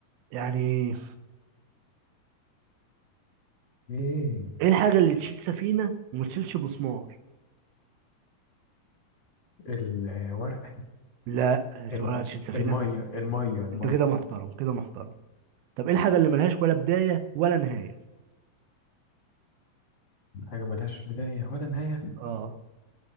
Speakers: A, on the right (about 80°); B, on the left (about 40°).
A: يعني
B: ايه
A: ايه الحاجه اللي تشيل سفينه وما تشيلش مسمار
B: الورق
A: لا
B: الم...
A: ولا تشيل سفينه
B: المية المية المية
A: انت كده محترم كده محترم طب ايه الحاجه اللي ملهاش ولا بدايه ولا نهايه
B: حاجة ملهاش بداية ولا نهاية
A: اه